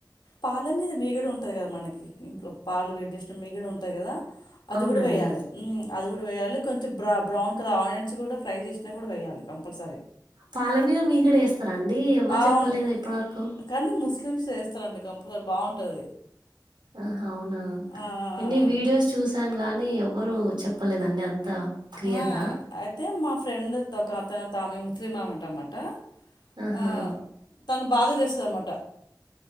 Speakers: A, on the left; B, on the right.
A: పాల మీద మేగడ ఉంటది కదా మనకి ఇంట్లో పాలు వేడి చేసిన జస్ట్ మేగడ ఉంటది కదా.
B: అవునండి
A: అదిగ కూడా వెయ్యాాలి ఉమ్ అది కూడా వేయాలి కొంచెం బ్ర బ్రౌన్ కలర్ ఆనియన్స్ కూడా ఫ్రై చేసినా కూడా వేయాలి కంపల్సరీ.
B: పాల మీద మీకడ వేస్తారా అండి ఎవ్వరు
A: అవును
B: చెప్పలేదే ఎప్పటి వరకు.
A: కానీ ముస్లిమ్స్ చేస్తారండి బాగుంటది
B: ఆహ అవునా
A: ఆ
B: ఎన్ని
A: ఆ ఆ
B: వీడియోస్ చూసాను కానీ ఎవ్వరు చెప్పలేదండి అంతా క్లియర్
A: ఆ అయితే మా ఫ్రెండ్ త అత తామె ముతిలిమామంట అన్నమాట
B: ఆహా
A: ఆ, తను బాగా చేస్తదన్నమాట